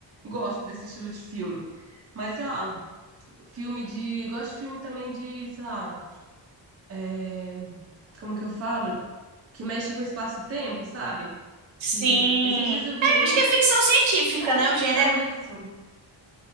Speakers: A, on the right; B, on the right.
A: Gosto desse estilo de filme. Mas, sei lá, filme de. Gosto de filme também de, sei lá, é, como que eu falo? que mexe com o espaço-tempo, sabe?
B: Sim,
A: Que esses dias
B: é,
A: eu vi um,
B: acho que é ficção científica, né?
A: é ficção
B: O gênero
A: isso.